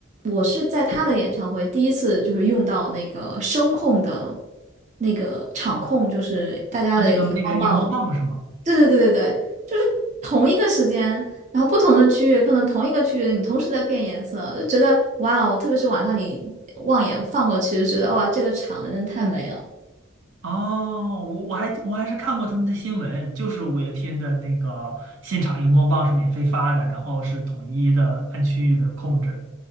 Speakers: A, on the right; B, on the right.
A: 我是在他的演唱会第一次就是用到那个声控的那个场控，就是大家的荧光棒。
B: 啊，那个那个荧光棒是吗？
A: 对对对对对，就是同一个时间，然后不同的区域，可能同一个区域你同时在变颜色，就觉得哇哦，特别是晚上你望眼放过去，就觉得哇，这个场子真的太美了。
B: 哦，我我还我还是看过他们的新闻，就是五月天的那个现场荧光棒是免费发的，然后是统一的按区域的控制。